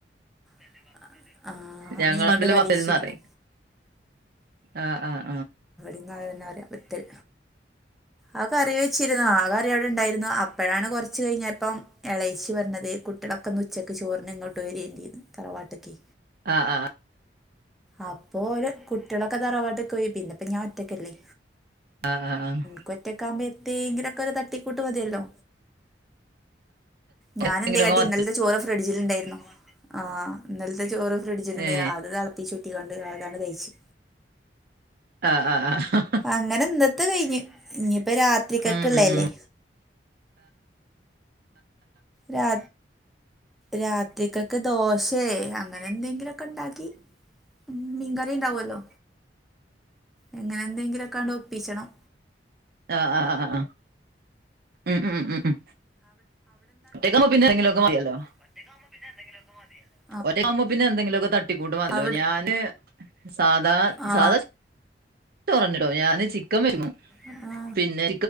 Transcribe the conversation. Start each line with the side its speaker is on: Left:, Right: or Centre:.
Centre: <inaudible>
Right: ഞങ്ങളാട്ടില്
Centre: മീനോണ്ട് കറി
Right: വത്തൽന്നറിം
Centre: വെച്ചിരുന്നു
Right: ആഹ് ആഹ്
Centre: ഇങ്ങളതന്നെ പറയ ബത്തൽ ആ കറി വെച്ച്ര്ന്നു ആ കറിയവിടെണ്ടായിര്ന്നു അ അപ്പഴാണ് കൊർച്ച് കയിഞ്ഞപ്പം എളേച്ചി വന്നത് കുട്ട്യോളൊക്കെന്ന് ഉച്ചക്ക് ചോറ്നിങ്ങോട്ട് വരേം ചെയ്ത് തറവാട്ടിക്ക്
Right: ആഹ് ആഹ് ആഹ്
Centre: അപ്പോല് കുട്ട്യോളൊക്കെ തറവാട്ട് ക്കോയി പിന്നെപ്പ ഞാൻ ഒറ്റക്കല്ലേ
Right: ആഹ് ആഹ് ആഹ്
Centre: ക്കൊറ്റക്കാവുമ്പൊ എത്തേങ്കിലൊക്കൊരു തട്ടിക്കൂട്ട് മതിയല്ലോ ഞാനെന്തേ
Right: എന്തെങ്കിലുമൊക്കെ
Centre: കാട്ടി
Right: മതി
Centre: ഇന്നൽത്തെ ചോറ് ഫ്രിഡ്ജിലിണ്ടായിര്ന്നു ആഹ് ഇന്നൽത്തെ ചോറ് ഫ്രിഡ് ജിലിണ്ടെയ്ന്
Right: ഏ
Centre: അത് തളപ്പിച്ചൂറ്റിക്കാണ്ട് നേരതാണ്ട് കയ്ച്ചു
Right: ആഹ് ആഹ് ആഹ്
Centre: അങ്ങനെന്നത്ത് കയ്ഞ്ഞ് ഇഞ്ഞിപ്പെ രാത്രിക്കക്ക്ള്ളതല്ലേ
Right: ഉം ഉം ഉം
Centre: രാ രാത്രിക്കക്ക് ദോശേ അങ്ങനെന്തെങ്കിലൊക്കെണ്ടാക്കി ഉം മീൻകറീണ്ടാവല്ലോ അങ്ങനെന്തെങ്കിലൊക്കാണ്ടൊപ്പിച്ചണം
Right: ആഹ് ആഹ് ആഹ് ആഹ് അഹ് ഉം ഉം ഉം ഉം തിക്കക്ക് പിന്നെന്തെങ്കിലൊക്കെ മതിയല്ലൊ
Centre: <unintelligible> പിന്നെന്തെിലൊക്കെ മതിയല്ലോ
Right: ഒര് ആവുമ്പൊ പിന്നെന്തെങ്കിലൊക്കെ തട്ടിക്കൂട്ട് മതിയല്ലൊ
Centre: അവിടെ
Right: ഞാന് സാധാ
Centre: ആ
Right: സാധാ ചോന്നെടോ ഞാന് ചിക്കൻ വേങ്ങും
Centre: ആ
Right: പിന്നെ